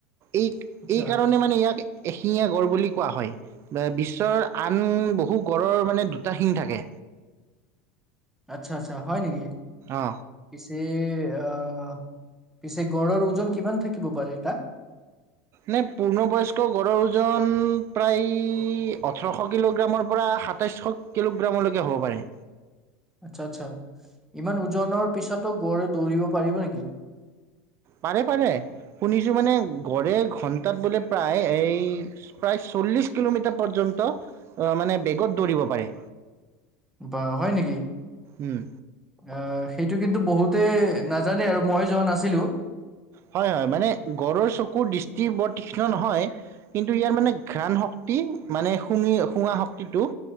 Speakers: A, on the right (about 35°); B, in the centre.
A: এই -
B: আচ্ছা
A: এই কাৰণে মানে ইয়াক এশিঙীয়া গড় বুলি কোৱা হয় বিশ্বৰ আন বহু গড়ৰ মানে দুটা শিং থাকে।
B: আচ্ছা-আচ্ছা হয় নেকি?
A: অ
B: পিছে আহ। পিছে গড়ৰ ওজন কিমান থাকিব পাৰে এটা?
A: নে পূৰ্ণবয়স্ক গড়ৰ ওজন প্ৰায় ওঠৰশ কিলোগ্ৰামৰ পৰা সাতাইচশ কিলোগ্ৰামলৈকে হ'ব পাৰে।
B: আচ্ছা আচ্ছা ইমান ওজনৰ পিছতো গড় দৌৰিব পাৰিব নেকি?
A: পাৰে -পাৰে শুনিছো মানে গড়ে ঘণ্টাত বোলে প্ৰায় এই প্ৰায় চল্লিশ কিলোমিটাৰ পৰ্যন্ত মানে বেগত দৌৰিব পাৰে।
B: বা হয় নেকি
A: উম
B: আহ, সেইটো কিন্তু বহুত তে নাজানে আৰু মই যোৱা নাছিলো।
A: হয়-হয় মানে গড়ৰ চকুৰ দৃষ্টি বৰ তীক্ষ্ণ নহয়। কিন্তু ইয়াৰ মানে ঘ্ৰাণ শক্তি মানে শুঙি শুঙা শক্তিটো